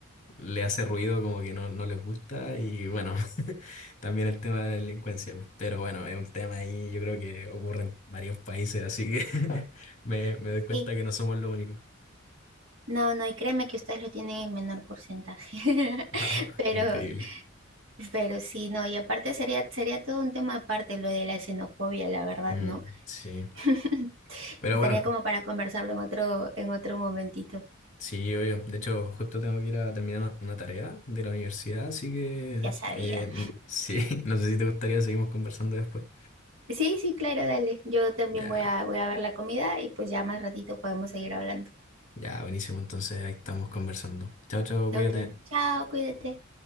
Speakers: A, on the left; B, on the right.
A: le hace ruido, como que no, no les gusta. Y bueno, <laughs> también el tema de la delincuencia. pues. Pero bueno, es un tema ahí, yo creo que ocurre en varios países, así que <laughs> me, me doy cuenta
B: Sí,
A: que no somos los únicos.
B: no, no, y créeme que ustedes lo tienen en menor porcentaje,
A: <laughs> Wow,
B: <laughs> pero
A: increíble.
B: Pero sí, no, y aparte sería, sería todo un tema aparte lo de la xenofobia, la verdad,
A: Mm,
B: ¿no?
A: sí,
B: <laughs>
A: pero
B: Estaría
A: bueno,
B: como para conversarlo en otro, en otro momentito,
A: sí, obvio. De hecho, justo tengo que ir a terminar una una tarea de la universidad, así que
B: ya sabía.
A: eh, n- sí, <laughs> no sé si te gustaría, seguimos conversando después.
B: Sí, sí, claro, dale. Yo también
A: Ya,
B: voy a, voy a ver la comida y pues ya más ratito podemos seguir hablando.
A: ya, buenísimo, entonces ahí estamos conversando. Chao, chao, cuídate.
B: Ok, chao, cuídate.